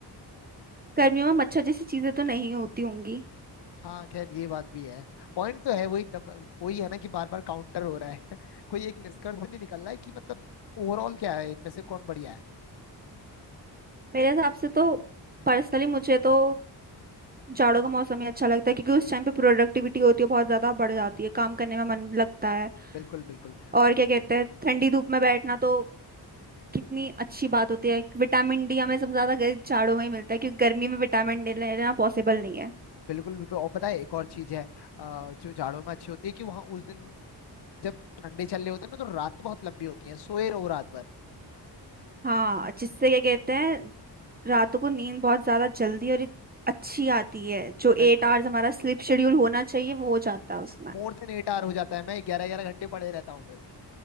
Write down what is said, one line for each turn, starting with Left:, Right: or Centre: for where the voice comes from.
Right: गर्मियों में मच्छर जैसी चीजें तो नहीं होती होंगी
Left: हाँ खैर ये बात भी है पॉइंट तो है वही डब, वही है ना कि बार बार काउंटर हो रहा है <laughs> कोई एक निष्कर्ष नहीं निकल रहा है कि मतलब ओवरऑल क्या है इनमें से कौन बढ़िया है
Right: मेरे हिसाब से तो पर्सनली मुझे तो जाड़ों का मौसम ही अच्छा लगता है क्योंकि उस टाइम पे प्रोडक्टिविटी होती है बहुत ज्यादा बढ़ जाती है काम करने में मन लगता है
Left: बिल्कुल बिल्कुल
Right: और क्या कहते हैं ठंडी धूप में बैठना तो कितनी अच्छी बात होती है विटामिन डी हमें सबसे ज्यादा गर- जाड़ों में ही मिलता है क्योंकि गर्मी में विटामिन डी लेना पॉसिबल नहीं है
Left: बिल्कुल बिल्कुल और पता है एक और चीज है अ, जो जाड़ों में अच्छी होती है कि वहां उस दिन जब ठंडे चल रहे होते हैं ना तो रात बहुत लंबी होती है सोए रहो रात भर
Right: हाँ जिससे क्या कहते हैं रातों को नींद बहुत ज्यादा जल्दी और इत- अच्छी आती है जो एट
Left: बिल्कुल
Right: आवर्स हमारा स्लीप शेड्यूल होना चाहिए वो हो जाता है उसमें
Left: मोर देन एट आवर हो जाता है मैं ग्यारह ग्यारह घंटे पड़े रहता हूँ फिर